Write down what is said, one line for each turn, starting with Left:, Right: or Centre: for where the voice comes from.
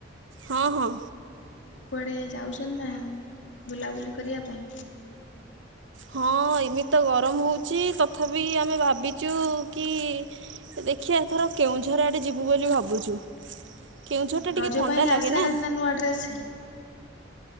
Right: ହଁ ହଁ।
Left: କୁଆଡେ ଯାଉଛନ୍ତି ନା, ବୁଲାବୁଲି କରିବା ପାଇଁ?
Right: ହଁ, ଏମିତି ତ ଗରମ ହଉଛି, ତଥାପି ଆମେ ଭାବିଛୁ କି ଦେଖିଆ ଏଥର କେଉଁଝର୍ ଆଡେ ଯିବୁ ବୋଲି ଭାବୁଛୁ! କେଉଁଝର୍ ଟା ବି
Left: ରଜ
Right: ଟିକେ ଥଣ୍ଡା
Left: ପାଇଁ
Right: ଲାଗେ
Left: ଆସିସାରିଲାଣି
Right: ନା!
Left: ନୂଆ ଡ୍ରେସ୍?